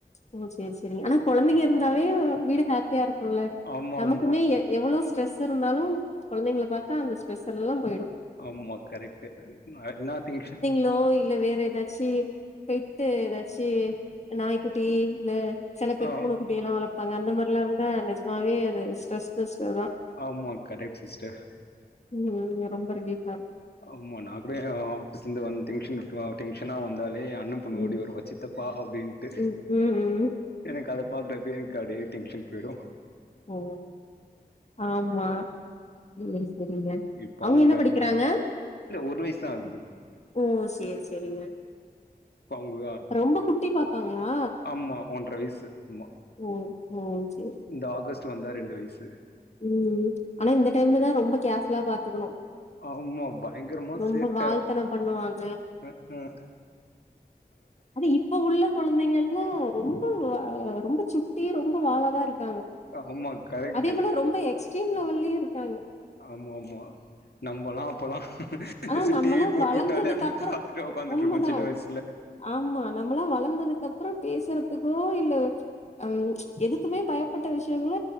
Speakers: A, on the left; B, on the left.
A: ஓ செரி செரி ஆனா கொழந்தைங்க இருந்தாவே வீடு ஹாப்பியா இருக்குல்ல
B: ஆமா
A: நமக்குமே
B: ஆமா
A: எவ்ளோ ஸ்ட்ரெஸ் இருந்தாலு கொழந்தைங்கள பாத்தா அந்த ஸ்ட்ரெஸ் எல்லா போய்டு
B: ஆமா கரெக்ட்டு நா என்னா திங்ஷன்
A: லோ இல்ல வேற ஏதாச்சி பெட்டு ஏதாச்சி நாய்க்குட்டி இல்ல செல பேர்
B: ஆ
A: பூனக்குட்டிய எல்லா வளப்பாங்க அந்த மார்லா இருந்தா நெஜமாவே அது ஸ்ட்ரெஸ் பஸ்டர் தா
B: ஆமா கரெக்ட் சிஸ்டர்
A: ம் ரொம்ப ரிலீப்பா
B: அமா நா கூட ஆஃபீஸ்ந்து வந் டென்ஷன் டென்ஷனா வந்தாலே அண்ண பொண்ணு
A: ம்
B: ஓடி வருவா சித்தப்பா அப்டின்ட்டு
A: ம் ம் ம்
B: எனக்கு அத பாக்குறப்யே எனக்கு அடியே டென்ஷன் போய்டு
A: ஓ ஆமா செரி செரிங்க
B: இப்ப
A: அவுங்க
B: அவங்க
A: என்ன படிக்க னாங்க
B: இல்ல ஒரு வயசு தா ஆகுது
A: ஓ செரி செரிங்க
B: இப்ப அவங்க
A: அப்ப ரொம்ப குட்டி பாப்பாங்ளா
B: ஆமா ஒன்ற வயசு ஆமா
A: ம் ம்
B: இந்த ஆகஸ்ட் வந்தா ரெண்டு வயசு
A: ம் ஆனா இந்த டைம்ல தா ரொம்ப கேர் ஃபுல்லா பாத்துக்கணு
B: ஆமா பயங்கரமா
A: ரொம்ப
B: சேட்ட
A: வால்தனம் பண்ணுவாங்க
B: ம் க்ம்
A: அது இப்ப உள்ள கொழந்தைங்கெல்லா ரொம்ப ரொம்ப சுட்டி ரொம்ப வாலதா இருக்காங்க
B: ஆமா கரெக்ட்டு
A: அதே போல ரொம்ப எக்ஸ்ட்ரீம் லெவல்யு இருக்காங்க
B: ஆமாமா நம்மலா அப்பல்லா
A: ஆனா நம்மல்லா
B: டிவி போட்டு
A: வளந்ததுக்கு
B: வுட்டாலே அப்டியே
A: அப்புறோ
B: பாத்துட்டு உக்காந்துட்ருப்போ
A: உண்மதான்
B: சின்ன வயசுல
A: ஆமா நம்மளா வளந்ததுக் அப்றோ பேசுறதுக்கோ இல்ல ம் எதுக்குமே பயப்பட்ட விஷயங்கள